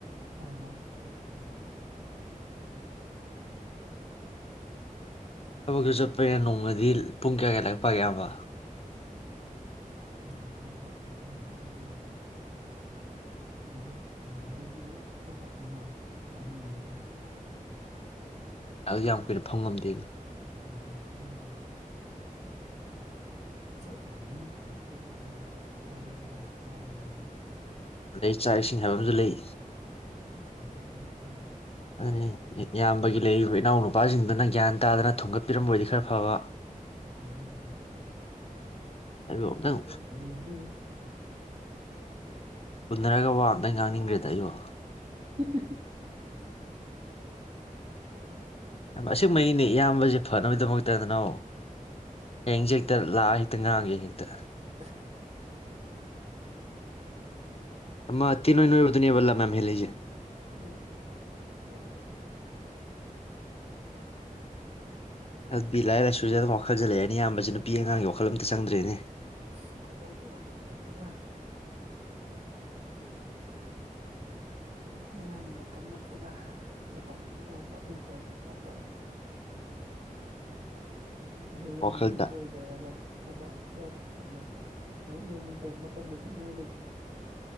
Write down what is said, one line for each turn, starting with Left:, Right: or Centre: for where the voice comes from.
Right: <unintelligible> ꯑ ꯃꯠꯇ ꯃꯠꯇꯝꯔꯣ <unintelligible>
Left: ꯊꯕꯛꯁꯨ ꯆꯠꯄꯅ ꯅꯣꯡꯃꯗꯤ ꯄꯨꯡ ꯀꯌꯥ ꯀꯌꯥ ꯂꯥꯏꯔꯤꯛ ꯄꯥꯛꯒꯦ ꯑꯌꯥꯝꯕ
Right: ꯌꯥꯝꯗ ꯑꯍꯨꯝ ꯑꯍꯨꯝ ꯃꯔꯤ ꯑꯃ ꯑꯌꯨꯛ ꯄꯥꯗ꯭ꯔꯒꯗꯤ ꯄꯨꯡ ꯑꯃ ꯑꯅꯤ ꯃꯉꯥꯏꯔꯦ
Left: ꯑꯗꯨ ꯌꯥꯝ ꯀꯨꯏꯅ ꯐꯝ ꯉꯝꯗꯦꯅꯤ
Right: ꯌꯥꯝ ꯀꯨꯏꯅ ꯄꯝ ꯉꯝꯗꯦ ꯆꯠ ꯈꯔꯃꯤꯅ ꯍꯜꯛꯄꯒꯁꯨ ꯑꯃꯨꯛ ꯇꯜꯂꯦꯗꯣ ꯋꯥꯕꯅꯤꯅ
Left: <unintelligible> ꯆꯥꯛ ꯏꯁꯤꯡ ꯍꯥꯏꯕ ꯑꯃꯁꯨ ꯂꯩ
Right: ꯈꯪꯖꯕꯤ ꯃꯁꯥꯅ
Left: ꯑꯗꯨꯅꯤ ꯏꯌꯥꯝꯕꯒꯤ ꯂꯩꯔꯤꯕ ꯏꯅꯥꯎ ꯅꯨꯄꯥꯁꯤꯡꯗꯨꯅ ꯒ꯭ꯌꯥꯟ ꯇꯥꯗꯅ ꯊꯣꯡꯒꯠꯄꯤꯔꯝꯕꯗꯤ ꯈꯔ ꯐꯕ
Right: ꯑꯗꯨ ꯅꯤ
Left: ꯑꯩꯕꯨ ꯑꯝꯇꯪ
Right: ꯍꯌꯦꯡꯒ <unintelligible>
Left: ꯎꯅꯔꯒ ꯋꯥ ꯑꯝꯇꯪ ꯉꯥꯡꯅꯤꯡꯈ꯭ꯔꯦꯗ ꯑꯩꯕꯣ
Right: <unintelligible>
Left: ꯑꯆꯨꯝ ꯃꯩꯅꯦ ꯏꯌꯥꯝꯕꯁꯤ ꯐꯅꯕꯒꯤꯗꯃꯛꯇꯗꯅ ꯍꯌꯦꯡꯁꯦ ꯍꯦꯛꯇ ꯂꯥꯛꯑ ꯍꯦꯛꯇ ꯉꯥꯡꯒꯦ ꯍꯦꯛꯇ
Right: <inaudible>
Left: ꯑꯃ ꯇꯤꯅꯣꯏ ꯅꯣꯏꯕꯗꯨꯅꯤꯕꯂ ꯂꯝ ꯌꯥꯝ ꯍꯦꯟꯂꯤꯖꯦ
Right: ꯎꯝ ꯃꯣꯏꯗꯣ
Left: ꯑꯗꯨꯗꯤ ꯂꯥꯏꯔꯤꯛ ꯂꯥꯏꯁꯨꯁꯗ ꯑꯗꯨꯝ ꯋꯥꯈꯜꯁꯦ ꯂꯩꯔꯅꯤ ꯏꯌꯥꯝꯕꯁꯤ ꯅꯨꯄꯤ ꯑꯉꯥꯡꯒꯤ ꯋꯥꯈꯜ ꯑꯝꯇ ꯆꯪꯗ꯭ꯔꯦꯅꯦ
Right: ꯑꯁ <unintelligible> ꯅꯨꯄꯤ ꯑꯉꯥꯡꯒꯤ ꯃꯇꯝ ꯅꯠꯇꯦꯗ ꯃꯇꯝꯕꯨꯗꯤ ꯑꯣꯏꯕ ꯑꯩꯒꯤ ꯑꯣꯏꯅꯗꯤ ꯅꯠꯇꯕ <unintelligible>
Left: ꯋꯥꯈꯜꯗ
Right: ꯀꯣꯏꯗꯧ ꯍꯥꯏꯗ ꯊꯕꯛ ꯑꯃꯨꯛꯆꯇ ꯑꯃꯨꯛ ꯀꯩꯅꯣ ꯌꯨꯝ ꯇꯧꯕ ꯃꯇꯝꯗ ꯇꯠꯅꯤꯡꯉꯥꯏ ꯂꯩꯇꯦ